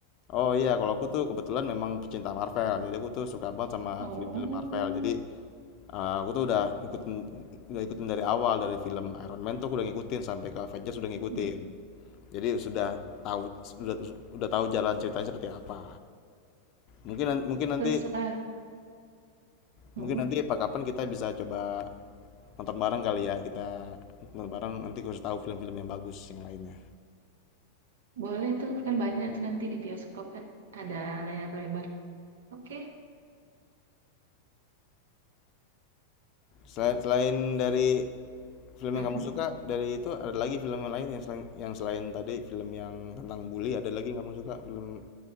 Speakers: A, on the left; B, on the right.
A: oh iya kalau aku tuh kebetulan memang pecinta Marvel jadi aku tuh suka banget sama
B: Oh,
A: film-film Marvel jadi eh, aku tuh udah ngikutin udah ikutin dari awal dari film Iron Man tuh aku udah ngikutin sampai ke Avengers udah ngikutin
B: mm.
A: Jadi sudah tahu sudah sudah tahu jalan ceritanya seperti apa. Mungkin nan mungkin nanti
B: Terus lah. Mm-mm.
A: mungkin nanti pa kapan kita bisa coba nonton bareng kali ya, kita nonton bareng nanti kasih tahu film-film yang bagus yang lainnya.
B: Boleh tuh, kan banyak tuh nanti di bioskop kan. Ada layar lebar. Oke.
A: Sela selain dari film
B: Mm-mm.
A: yang kamu suka, dari itu ada lagi film yang lain yang selain yang selain tadi film yang tentang bully, ada lagi yang kamu suka film